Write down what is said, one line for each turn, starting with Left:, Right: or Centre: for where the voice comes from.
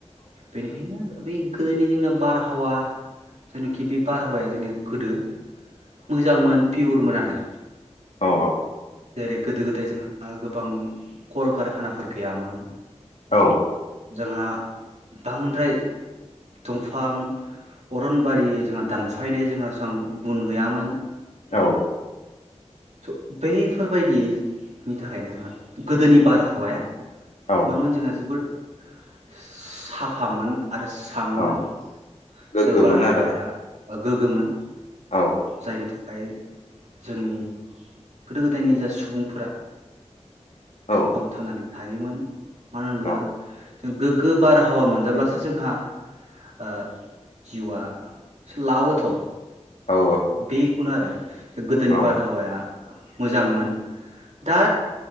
Right: बेनिखायनो बै गोदोनि जोंना बारहावा जायनोखि बे बारहावाया जोंनि गोदो मोजांमोन पिउरमोन आरो
Left: औ औ
Right: जेरै गोदो गोदाय जोंहा गोबां कल कारखानाफोर गैयामोन
Left: औ
Right: जोंहा बांद्राय दंफां अरनबारि जोंहा दानफायनाय जोंहाबां गुन गैयामोन
Left: औ
Right: सुब बैफोरबायदिनि थाखायनो जोंहा गोदोनि बारहावाया
Left: औ
Right: मामोन जोंहा जोबोर साफामोन आरो सांमोन
Left: औ गोग्गोमोन
Right: जाय बारहावाया
Left: आरोना
Right: गोग्गोममोन
Left: औ
Right: जायनि था दांतो जोंनि गोदो गोदायनि जा सुबुंफोरा
Left: औ
Right: सम थांनानै हायोमोन मानो होनब्ला?
Left: औ
Right: जों गोग्गो बारहावा मोनजाब्लासो जोंहा ओ जिउआ लावोथ'
Left: औ
Right: बेखौनो आरो गोदोनि
Left: औ
Right: बारहावाया मोजांमोन दा